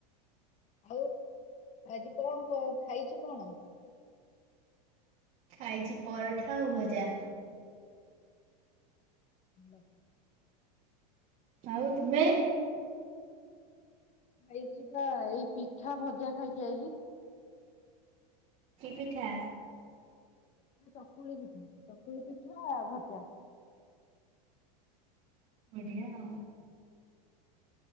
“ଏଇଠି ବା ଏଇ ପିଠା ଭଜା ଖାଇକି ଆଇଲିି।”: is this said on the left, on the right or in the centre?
Left